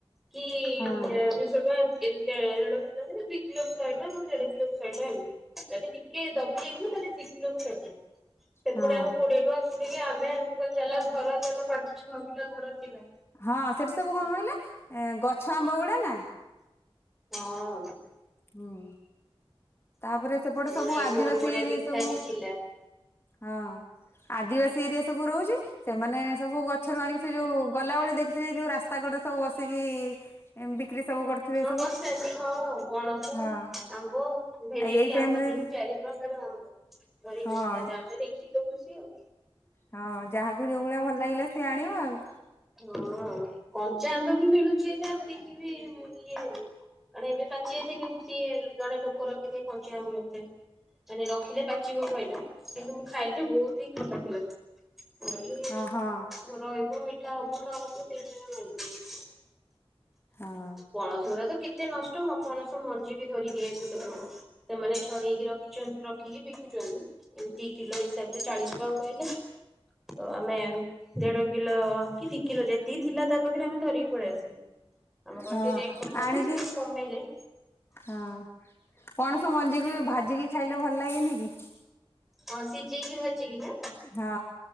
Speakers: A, in the centre; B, on the left.
A: କି
B: ହଁ
A: ଦୁଇଶହ ଟଙ୍କା ଏମି ଏମିତି ଦେଢ଼ କିଲୋ ଦିକିଲୋକୁ ସହେ ଟଙ୍କା ନହେଲେ ଦେଢ଼ କିଲୋକୁ ସହେ ଟଙ୍କା ଏମିତି ଯଦି ଟିକେ କିଏ ଦବି ଯାଇଥିବ ତାହେଲେ ଦି କିଲକୁ ଶହେ ଟଙ୍କା ସେପଟେ
B: ହଁ
A: ଆମ କୋଡିଏ ଟଙ୍କ। ମୁଁ କହିଲି ଆମେ ଆମ ଚାଲା ଧର ପାଞ୍ଚ ଛଅ କିଲୋ ଧର ଯିବା।
B: ହଁ ସେଠି ସବୁ କଣ କହିଲେ ଏ ଗଛ ଆମ୍ବ ଗୁଡ଼ା ନା।
A: ହଁ।
B: ହୁଁ ତାପରେ ସେପଟେ ସବୁ
A: ନାଇଁ
B: ଆଦିବାସୀ
A: ବହୁତ ବଢିଆ
B: ଏରିଆ
A: ମିଠା
B: ସବୁ।
A: ବି ଥିଲା।
B: ହଁ ଆଦିବାସୀ ଏରିଆ ସବୁ ରହୁଛି। ସେମାନେ ସବୁ ଗଛରୁ ଆଣିକି ସେ ଯୋଉ ଗଲାବେଳେ ଦେଖିଥିବେ ଯୋଉ ରାସ୍ତା କଡରେ ସବୁ ବସିକି ଏମ ବିକ୍ରି ସବୁ କରୁଥିବେ।
A: କଣ
B: ସବୁ
A: ବସିଛ ଆସିକି ହଁ। ପଣସ
B: ହଁ
A: ଆମ୍ବ ଭେରାଇଟି
B: ଏଇ ଟାଇମ
A: ଆମ୍ବ
B: ରେ
A: ତିନି ଚାରି ପ୍ରକାର ଆମ୍ବ। ଧରିଛନ୍ତି
B: ହଁ
A: ତାହାଲେ ଆମେ ଦେଖି ତ ଖୁସି ଆଉ।
B: ହଁ ଯାହାକୁ ଯୋଉ ଭଳିଆ ଭଲ ଲାଗିଲା ସିଏ ଆଣିବ ଆଉ।
A: ହଁ କଞ୍ଚା ଆମ୍ବ ବି ମିଳୁଛି ଏ ଦେଖିବେ ଏବେ ବି ମାନେ ଏବେ ପାଚିଯାଇଛି କିନ୍ତୁ ସିଏ ଜଣେ ଲୋକ ରଖିଥାଏ କଞ୍ଚା ଆମ୍ବ ରଖିଥାଏ ମାନେ ରଖିଲେ ପାଚିଯାଏ। ଚିବ କହିଲା କିନ୍ତୁ ମୁଁ ଖାଇଲି ବହୁତ ହିଁ ଖଟା ଥିଲା। କହିଲ
B: ହଁ ହଁ
A: ରହିବ ମିଠା ହବ ନ ହବ ସେଇଥି ପାଇଁ ଆଣିଲିନି।
B: ହଁ
A: ପଣସ ଗୁରା ତ କେତେ ନଷ୍ଟ ମୁଁ ବା ପଣସ ମଞ୍ଜି ବି ଧରିକି ଆସିଛି ସେପଟୁ। ସେମାନେ ଛଡେଇକି ରଖିଛନ୍ ରଖିକି ବିକୁଚନ୍ତି ଏମିତି କିଲ ହିସାବରେ ଚାଳିଶ ଟଙ୍କା କହିଲେ। ତ ଆମେ ଦେଢ କିଲ କି ଦି କିଲ ଯେତିକି ଥିଲା ତା ପାଖରେ ଆମେ ଧରି ପଳେଇଆସିଲୁ ଆମେ କହିଲୁ
B: ହଁ
A: ଟିକେ ରେଟ୍ କମାନ୍ତୁ
B: ଆଣିକି
A: ସେ ଟିକେ କମେଇଲେ।
B: ହଁ ପଣସ ମଞ୍ଜିକୁ ଭାଜିକି ଖାଇଲେ ଭଲ ଲାଗେନିକି?
A: ହଁ ସିଜେଜଇ କି ଭାଜିକି ନା?
B: ହଁ